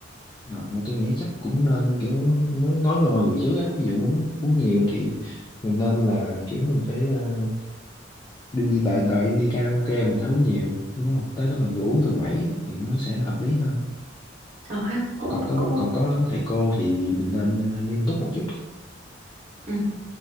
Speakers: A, on the left (about 20°); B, on the right (about 35°).
A: À, mà tôi nghĩ chắc cũng nên kiểu nói nói với mọi người trước á ví dụ muốn uống nhiều thì mình nên là kiểu mình phải ờ, đi đợi đợi đi karaoke mình thấy uống nhiều đúng không tới đó mình rủ uống về quẩy thì nó sẽ hợp lý hơn
B: ờ ha cũng
A: còn có
B: cũng
A: còn có thầy cô thì mình nên ờ, nghiêm túc một chút
B: ừ,